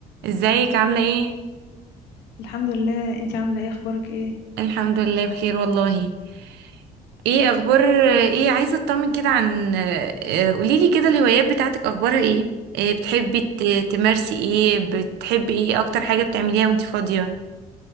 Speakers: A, on the right (about 80°); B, on the left (about 80°).
A: ازيك عاملة ايه؟
B: الحمد لله انتي عاملة ايه اخبارك ايه
A: الحمد لله بخير والله ايه اخبار ايه عايزة اطمن كده عن اه، قوليلي كده الهوايات بتاعتك اخبارها ايه؟ ايه بتحبي ت- تمارسي ايه؟ بتحبي ايه اكتر حاجة بتعمليها وانتي فاضية؟